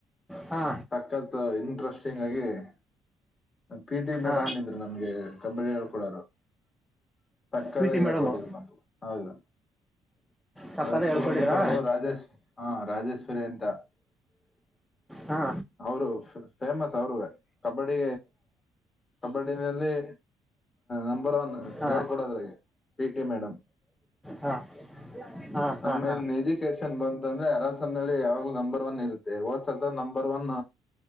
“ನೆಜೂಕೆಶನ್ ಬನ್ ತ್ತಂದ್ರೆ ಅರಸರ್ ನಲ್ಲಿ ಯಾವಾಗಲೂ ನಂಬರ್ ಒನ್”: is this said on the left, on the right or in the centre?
Left